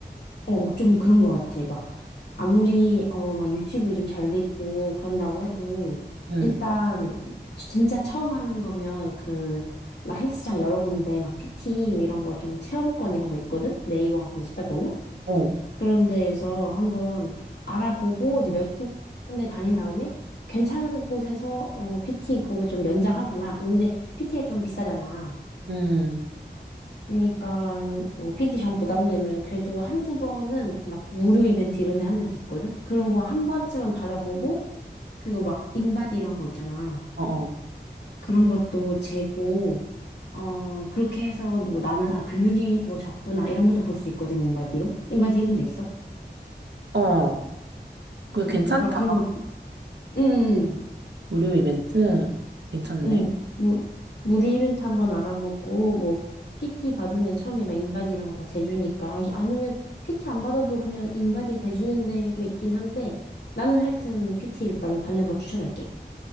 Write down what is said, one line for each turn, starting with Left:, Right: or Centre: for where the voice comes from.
Left: 어, 좀 그런 것 같아. 막 아무리 어 막 유튜브 좀 잘 돼 있고 그런다고 해도
Right: 응,
Left: 일단 지- 진짜 처음 하는 거면 그 막 헬스장 여러 군데 막 PT 뭐 이런 거 좀 체험권 이런 거 있거든. 네이버 같은 데 찾아보면.
Right: 어,
Left: 그런 데에서 한번 알아보고 이제 몇 군데 다닌 다음에 괜찮은 곳에서 어, PT 그거 좀 연장하거나 근데 PT가 좀 비싸잖아.
Right: 응,
Left: 그러니까 뭐 PT 정 부담되면 그래도 한두 번은 막 무료 이벤트 이런 데 한 데도 있거든. 그런 거 한 번쯤은 받아보고 그리고 막 인바디 이런 거 있잖아.
Right: 어, 어,
Left: 그런 것도 재고 어 그렇게 해서 뭐 나는 아 근육이 뭐 적구나 이런 것도 볼 수 있거든 인바디로. 인바디 해본 적 있어?
Right: 어. 그 괜찮다.
Left: 막 그런 거 응.
Right: 무료 이벤트? 괜찮네.
Left: 응, 무, 무료 이벤트 한번 알아보고, 뭐, PT 받으면 처음에 막 인바디 이런 거 다 재주니까. 아, 아니면 PT 안 받아도 그냥 인바디 재주는 데도 있긴 한데, 나는 하여튼 PT 일단 받는 거 추천할게.